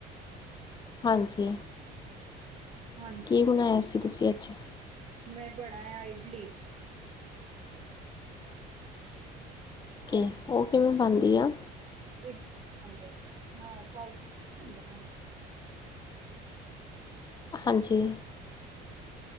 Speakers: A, on the left; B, on the right.
A: ਹਾਂਜੀ
B: ਹਾਂਜੀ,
A: ਕੀ ਬਣਾਇਆ ਸੀ ਤੁਸੀਂ ਅੱਜ
B: ਮੈਂ ਬਣਾਇਆ ਇਡਲੀ।
A: ਓਕੇ ਉਹ ਕਿਵੇਂ ਬਣਦੀ ਆ?
B: <unintelligible>
A: ਹਾਂਜੀ